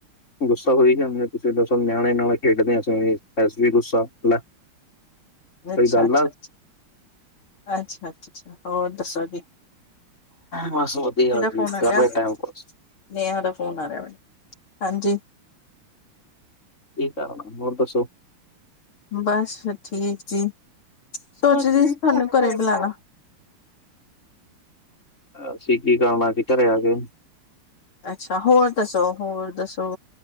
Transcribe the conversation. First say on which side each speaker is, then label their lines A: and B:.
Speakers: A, on the left (about 30°); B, on the left (about 70°).
A: ਗੁੱਸ ਹੋਈ ਜਾਂਵੇ, ਤੁਸੀਂ ਦਸੋ, ਨਿਆਣੇ ਨਾਲ ਖੇਡਦੇ ਹ, ਅਸੀਂ ਵੀ ਵੀ ਗੁੱਸਾ ਲੇ।
B: ਅੱਛਾ
A: ਸਹੀ ਗੱਲ
B: ਅੱਛਾ
A: ਹੈ।
B: ਅੱਛਾ ਅੱਛਾ, ਅੱਛਾ, ਅੱਛਾ ਹੋਰ ਦੱਸੋ ਜੀ?
A: ਬਸ, ਵਧੀਆ
B: ਕਿਹਦਾ
A: ਜੀ,
B: ਫੋਨ
A: ਕਾਰੇ
B: ਗਿਆ
A: ਆ ਟਾਈਮ ਪਾਸ।
B: ਨੇਹਾ ਦਾ ਫੋਨ ਆ ਰਿਹਾ ਵੇ, ਹਾਂਜੀ।
A: ਕੀ ਕਾਰਣਾ ਹੋਰ, ਦੱਸੋ?
B: ਬਸ ਠੀਕ ਜੀ, ਸੋਚਦੀ
A: ਸੋਚੀ ਸੀ
B: ਤੁਹਾਨੂੰ
A: ਤੁਹਾਡੇ
B: ਘਰੇ ਬੁਲਾਲਾ
A: ਬੁਲਾਣਾ। ਅਸੀਂ ਕੀ ਕਰਨਾ ਜੀ, ਘਰੇ ਆ ਕੇ
B: ਅੱਛਾ, ਹੋਰ ਦੱਸੋ, ਹੋਰ ਦੱਸੋ,